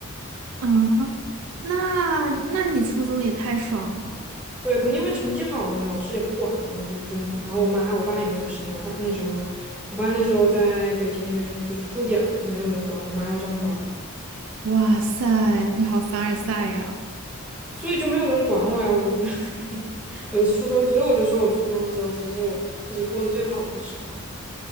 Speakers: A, on the right; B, in the centre.
A: 啊，那那你初中也太爽了。
B: 对，肯定因为成绩好嘛，老师也不管，然后就就，然后我妈我爸也没有时间，我爸那时候，我爸那时候在北京那边就是住点儿，也没有人管，我妈要上班儿，
A: 哇塞，你好凡尔赛呀！
B: 所以就没有人管我呀，我就 <laughs> 我的初中，所以我就说我初中的时候其实是我就是过得最好的时候，